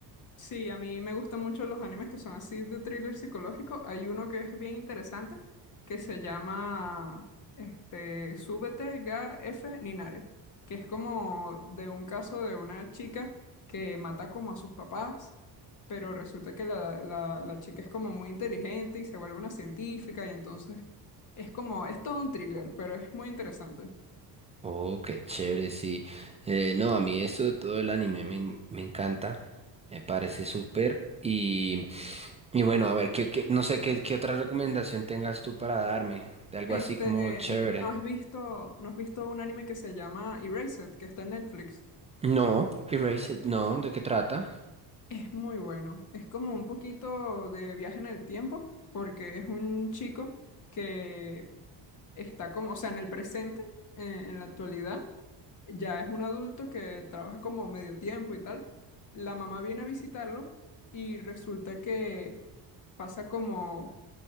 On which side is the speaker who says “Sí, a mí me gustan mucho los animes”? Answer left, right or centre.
Left